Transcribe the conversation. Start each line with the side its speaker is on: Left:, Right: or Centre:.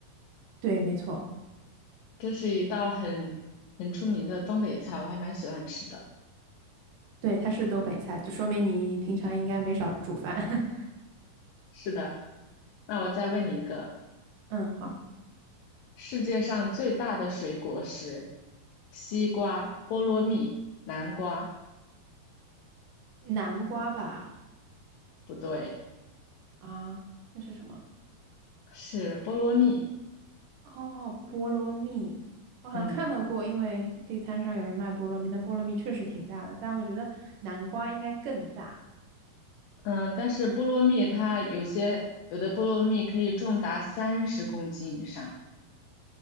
Right: 对，没错，
Left: 这是一道很很出名的东北菜，我还蛮喜欢吃的。
Right: 对，它是东北菜，就说明你平常应该没少煮饭。<laughs>
Left: 是的，那我再问你一个，
Right: 嗯，好，
Left: 世界上最大的水果是西瓜、菠萝蜜、南瓜，
Right: 南瓜吧？
Left: 不对，
Right: 啊，那是什么？
Left: 是菠萝蜜。
Right: 哦，菠萝蜜，我好像看到过，
Left: 嗯
Right: 因为地摊上有人卖菠萝蜜，那菠萝蜜确实挺大的，但我觉得南瓜应该更大。
Left: 嗯，但是菠萝蜜它有些有的菠萝蜜可以重达三十公斤以上。